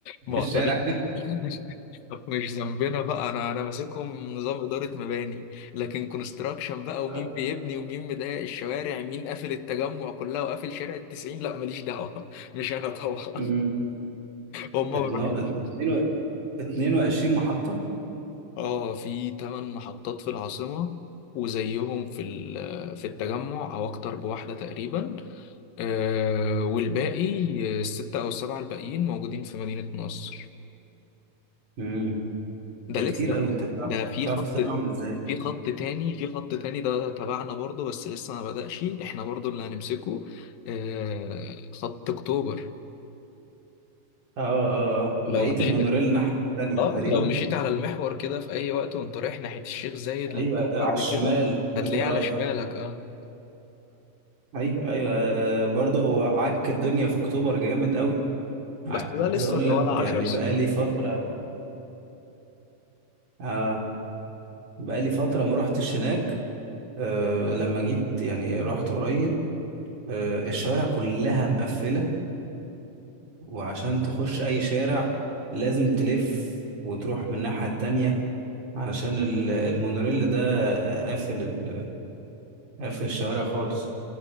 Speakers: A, on the left; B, on the right.
A: معتمين
B: في الشارع
A: <laughs> مش ذنبنا بقى انا انا ماسكهم نظام إدارة مباني لكن كونستراكشن بقى ومين
B: آه.
A: بيبني ومين مضايق الشوارع مين قافل التجمع كلها وقافل شارع التسعين لا ماليش دعوة <laughs> مش انا طبعا
B: مم.
A: هم براحتهم
B: اتنا- اتنين و- 22 محطة
A: اه في ثمان محطات في العاصمة وزيهم في ال- في التجمع او اكتر بواحدة تقريبا آه، والباقي آه، الستة أو السبعة الباقيين موجودين في مدينة نصر
B: امم
A: ده
B: ده
A: لسه
B: كتير قوي انت بتعرف
A: ده في
B: بتعرف
A: خط
B: تتابعهم ازاي
A: في خط تاني في خط تاني ده تبعنا برضه بس لسه ما بدأش احنا برضه اللي هنمسكه آه، خط أكتوبر
B: اه اه اه
A: لو
B: بقية
A: مشيت
B: المونوريل الناحية التانية
A: اه
B: تقريبا
A: لو مشيت على المحور كده في أي وقت وأنت رايح ناحية الشيخ زايد لأكتوبر
B: ايوه على الشمال
A: لكده
B: وانت
A: هتلاقيه
B: رايح
A: على شمالك اه
B: ايوه ايوه آه، برضه هو عك الدنيا في اكتوبر جامد قوي عايز
A: بس ده لسه
B: اقول
A: ده
B: لك
A: ولا عشر
B: يعني
A: سنين
B: بقالي فترة اه بقالي فترة ما روحتش هناك أه لما جيت يعني رحت قريب أه الشوارع كلها مقفلة وعشان تخش أي شارع لازم تلف وتروح من الناحية التانية علشان ال- المونوريل ده قافل ال- قافل الشوارع خالص